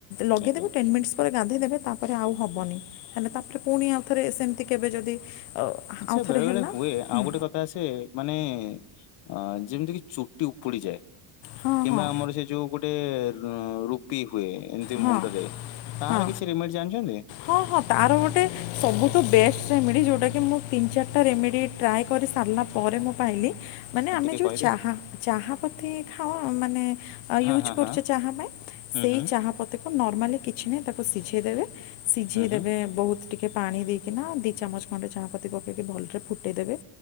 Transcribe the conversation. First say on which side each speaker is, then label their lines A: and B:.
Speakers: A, on the left; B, on the left.
A: ଲଗେଇଦେବ
B: ଆଜ୍ଞା
A: ଟେନ ମିଣ୍ଟସ ପରେ ଗାଧେଇଦେବେ ତାପରେ ଆଉ ହବନି। ହେଲେ ତାପରେ ପୁଣି ଆଉଥରେ ସେମତି କେବେ ଯଦି ଆଉଥରେ
B: ସେ ବେଳେ ବେଳେ
A: ହେଲା
B: ହୁଏ
A: ହଁ
B: ଆଉ ଗୋଟେ କଥା ଆସେ ମାନେ ଅ ଯେମିତି କିି ଚୁଟି ଉପୁଡ଼ି ଯାଏ।
A: ହଁ
B: କିମ୍ବା
A: ହଁ
B: ଆମର ସେ ଯୋଉ ଗୋଟେ ର ରୁପି ହୁଏ ଏମିତି
A: ହଁ
B: ମୁଣ୍ଡରେ ତାର
A: ହଁ
B: କିଛି ରେମେଡି ଜାଣିଛନ୍ତି
A: ହଁ ହଁ ତାର ଗୋଟେ ସବୁଠୁ ବେଷ୍ଟ ରେମେଡ଼ି ଯୋଉଟା କି ମୁଁ ତିନି ଚାରିଟା ରେମିଡ଼ି ଟ୍ରାଏ କରି ସାରିଲା ପରେ ମୁଁ ପାଇଲି। ମାନେ
B: ଆଉ
A: ଆମେ
B: ଟିକେ
A: ଯୋଉ
B: କହିବେ
A: ଚାହା ଚାହା ପ ଠେ ଖାଉ ଅ ମାନେ ୟୁଜ
B: ହଁ ହଁ
A: କରୁଚେ
B: ହଁ
A: ଚାହା ପାଇଁ
B: ହୁଁ
A: ସେଇ
B: ହୁଁ
A: ତାହାପତେକୁ ନର୍ମାଲି କିଛି ନାହିଁ ତାକୁ ସିଝାଇ ଦେବେ। ସିଝେଇଦବେ
B: ହୁଁ ହୁଁ
A: ବହୁତ ଟିକେ ପାଣି ଦେଇକି ନା ଦିଇ ଚାମଚ ଖଣ୍ଡେ ଚାଣାପାତି ପକେଇକି ଭଲରେ ଫୁଟେଇଦେବେ।